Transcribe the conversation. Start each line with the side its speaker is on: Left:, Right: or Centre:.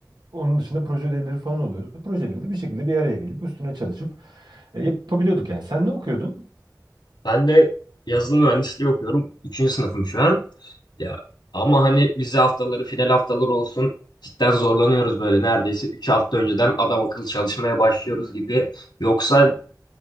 Right: onun dışında proje ödevleri falan oluyordu. Projeleri de bir şekilde bir araya gelip üstüne çalışıp e, yapabiliyorduk yani. Sen ne okuyordun?
Left: Ben de yazılım mühendisliği okuyorum. Üçüncü sınıfım şu an. Ya ama hani vize haftaları, final haftaları olsun cidden zorlanıyoruz böyle. Neredeyse 3 hafta önceden adam akıllı çalışmaya başlıyoruz gibi. Yoksa